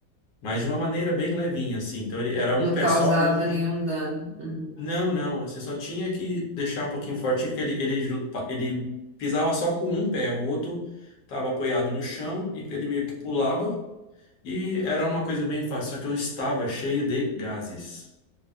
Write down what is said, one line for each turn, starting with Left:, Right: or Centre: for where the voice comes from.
Left: mas de uma maneira bem levinha assim. Então ele era um
Right: Não
Left: pé
Right: causava
Left: só, o outro
Right: nenhum dano. Uhum.
Left: Não, não, você só tinha que deixar um pouquinho fortinho, porque ele, ele, ele pisava só com um pé, o outro estava apoiado no chão e ele meio que pulava e era uma coisa bem fácil, só que eu estava cheio de gases.